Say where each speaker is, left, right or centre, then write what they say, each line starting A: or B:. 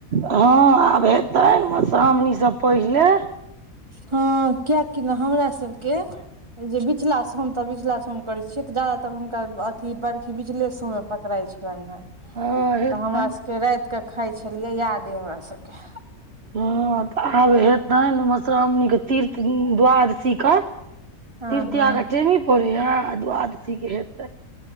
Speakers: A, on the right; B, on the right.
A: हँ आब हेतैन मधुश्रावणीसँ पहिले
B: हँ कियकि न हमरा सबके जे बिचला सोम हम त बीचला सोम करै छियै तऽ ज्यातर हुनका अथी बर्खी बिचले सोम मे पकड़ाइ छलइन हैं
A: हँ हेतनि
B: तऽ हमरा सबके राइत कऽ खाय छलियै याद अय हमरा सबके
A: हँ तऽ आब हेतनि मधुश्रावणीक के तीर्त द्वादशी क
B: हँ
A: तृतीय
B: हँ
A: के टेमी पड़ै ये आ द्वादशीके हेतै।